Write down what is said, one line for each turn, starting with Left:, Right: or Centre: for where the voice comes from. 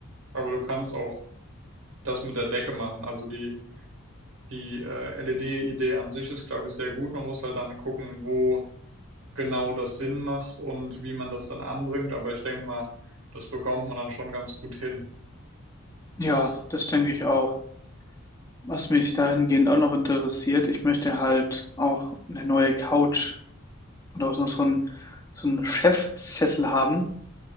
Right: aber du kannst auch das mit der Decke machen. Also, die die, äh, LED-Idee an sich ist, glaube ich, sehr gut. Man muss halt dann gucken, wo genau das Sinn macht und wie man das dann anbringt, aber ich denke mal, das bekommt man dann schon ganz gut hin.
Left: Ja, das denke ich auch. Was mich dahingehend auch noch interessiert, ich möchte halt auch eine neue Couch und auch noch so einen, so einen Chefsessel haben.